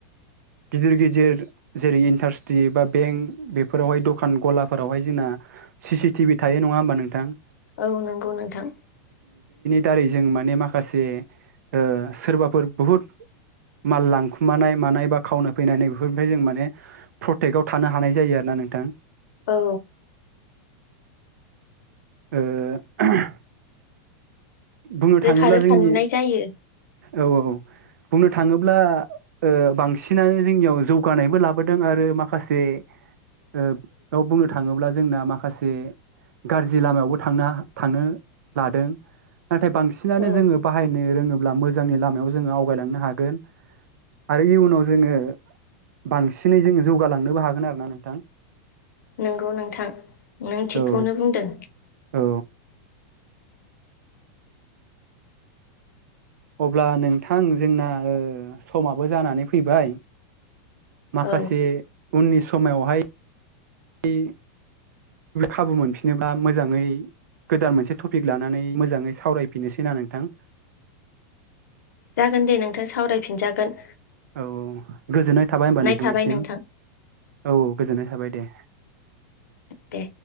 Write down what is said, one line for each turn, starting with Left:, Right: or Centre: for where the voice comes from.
Right: गिदिर गिदिर जेरै इन्टास्ट्रि बा बेंक बेफोरावहाय दखान गलाफोरावहाय जोंना सिसि टि भि थायो नङा होमबा नोंथां
Left: औ नंगौ नोंथां
Right: थारै जों माने माखासे ओ सोरबाफोर बुहुद माल लांखुमानाय मानाय बा खावनो फैनानै बेफोरनिफ्राय जों माने प्रटेक्टआव थानो हानाय जायो आरोना नोंथां
Left: औ
Right: ओ ओहम बुंनो
Left: रोखा
Right: थाङोब्ला
Left: रोखा
Right: जोंनि
Left: नुनाय जायो
Right: औ औ बुंनो थाङोब्ला ओ बांसिनानो जोंनियाव जौगानायबो लाबोदों आरो माखासे ओ आव बुंनो थाङोब्ला जोंना माखासे गारजि लामायावबो थांना थांनो लादों नाथाय बांसिनानो
Left: औ
Right: जोङो बाहायनो रोङोब्ला मोजांनि लामायाव जोङो आवगायलांनो हागोन आरो इयुनाव जोङो बांसिनै जोङो जौगालांनोबो हागोन आरोना नोंथां
Left: नोंगौ नोंथां नों थिगखौनो
Right: औ
Left: बुंदों
Right: औ अब्ला नोंथां जोंना ओ समाबो जानानै फैबाय माखासे
Left: औ
Right: उननि समायावहाय <unintelligible> खाबु मोनफिनोबा मोजाङै गोदान मोनसे टपिक लानानै मोजाङै सावरायफिनोसैना नोंथां
Left: जागोन दे नोंथां सावरायफिनजागोन
Right: औ औ गोजोननाय थाबाय होमबा नोंथांनिसिम
Left: थाबाय नोंथां
Right: औ औ गोजोननाय थाबाय दे
Left: दे